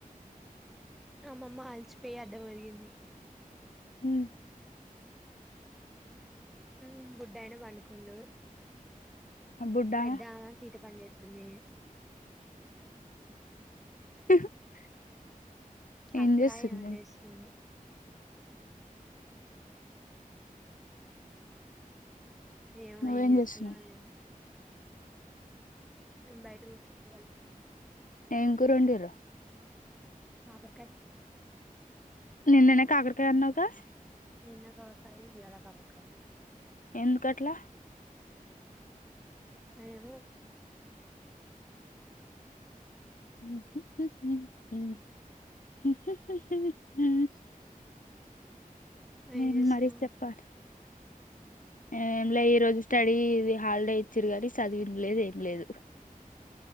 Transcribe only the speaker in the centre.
అమమ్మ అల్చిపోయి అడ్డం ఒరిగింది
మ్ బుడ్డాయిన పండుకుండు
పెద్దామే తీట పని జేత్తుంది
అక్కా
ఏమో జేస్తుంది ఏమో
ఏం జేస్తుందొ
ఏమో మేము బయట కూసున్నాం
కాకరకాయ్
నిన్న కాకరకాయ్ ఇయాల కాకరకాయ్
ఏమో
ఏం చేస్తున్నావ్